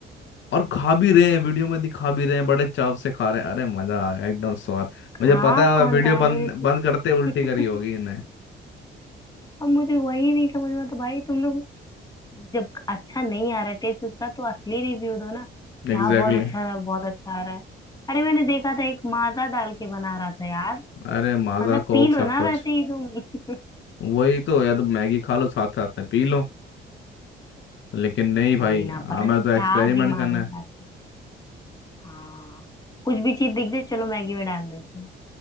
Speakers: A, on the left; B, on the left.
A: और खा भी रहे हैं वीडियो में दिखा भी रहे हैं बड़े चाव से खा रहे हैं अरे मजा आ गया एकदम स्वाद
B: खा
A: मुझे पता
B: कौन
A: है वीडियो
B: रहा
A: बंद
B: है मुझे
A: बंद करते
B: तो
A: उल्टी करी होगी
B: <laughs>
A: इन्हें
B: अब मुझे वही नहीं समझ में आता भाई तुम लोग जब अच्छा नहीं आ रहा है टेस्ट उसका तो असली रिव्यू दो ना क्या
A: Exactly
B: बहुत
A: exactly.
B: अच्छा रहा बहुत अच्छा आ रहा है अरे मैंने देखा था एक माजा डाल के बना रहा था यार
A: अरे माजा
B: मतलब
A: कोक
B: पी लो
A: सब
B: ना
A: कुछ
B: वैसे ही तुम <laughs>
A: वही तो या तो मैगी खा लो साथ साथ में पी लो लेकिन नहीं भाई
B: सही ना
A: हमें
B: पता नहीं
A: तो
B: क्या
A: एक्सपेरिमेंट
B: दिमाग
A: करना
B: लगाते
A: है
B: हाँ कुछ भी चीज दिख जाए चलो मैगी में डाल देते हैं